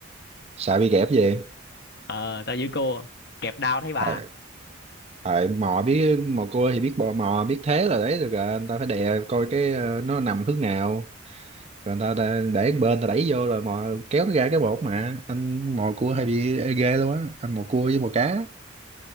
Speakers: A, on the right (about 30°); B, on the left (about 55°).
A: sợ bị kẹp về
B: ờ tao giữ cua kẹp đao thấy bà
A: ờ ờ mò biết mò cua thì biết bò mò biết thế là đấy được rồi anh ta phải đè coi cái ờ, nó nằm hướng nào Rồi người ta, ta để một bên ta đẩy vô rồi mò kéo nó ra cái bột mà anh mò cua hay bị ê ghê luôn á anh mò cua với mò cá